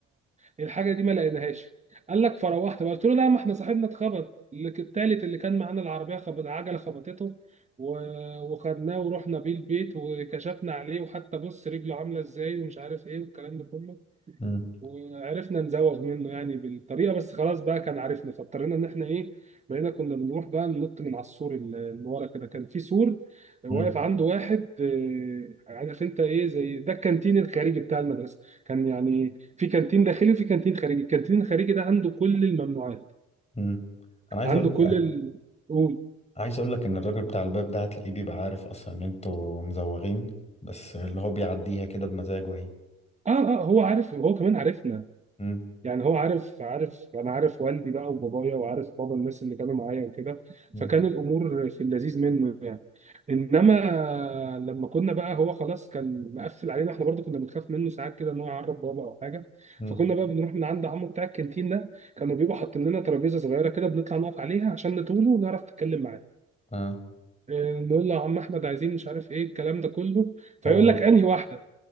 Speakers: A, on the right; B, on the left.
A: الحاجه دي ما لقيناهاش قال لك فروحت بقى. قلت له لا ما احنا صاحبنا اتخبط اللي ك- التالت اللي كان معانا العربيه خبط العجله خبطته و- وخدناه ورحنا بيه البيت وكشفنا عليه وحتى بص رجله عامله ازاي ومش عارف ايه والكلام ده كله
B: امم
A: وعرفنا نزوغ منه يعني بالطريقه بس خلاص بقى كان عارفنا فاضطرينا ان احنا ايه بقينا كنا بنروح بقى ننط من على السور اللي اللي ورا كده كان في سور واقف
B: امم
A: عنده واحد آه، عارف انت ايه زي ده الكانتين الخارجي بتاع المدرسه كان يعني في كانتين داخلي وفي كانتين خارجي الكانتين الخارجي ده عنده كل الممنوعات
B: امم انا عايز
A: عنده
B: اقول
A: كل
B: لك
A: ال... قول
B: عايز اقول لك ان الراجل بتاع الباب ده هتلاقيه بيبقى عارف اصلا ان انتوا مزوغين بس اللي هو بيعديها كده بمزاجه يعني
A: اه اه هو عارف هو كمان عارفنا
B: امم
A: يعني هو عارف عارف انا عارف والدي بقى وبابايا وعارف بابا الناس اللي كانوا معايا وكده
B: امم
A: فكان الامور في اللذيذ منه يعني انما لما كنا بقى هو خلاص كان مقفل علينا احنا برضه كنا بنخاف منه ساعات كده ان هو يعرض بابا او حاجه
B: امم
A: فكنا بقى بنروح من عند عمو بتاع الكانتين ده كانوا بيبقوا حاطين لنا ترابيزه صغيره كده بنطلع نقف عليها عشان نطوله ونعرف نتكلم معاه
B: اه
A: إيه، نقول له يا عم احمد عايزين مش عارف ايه الكلام ده كله فيقول
B: هو
A: لك انهي واحده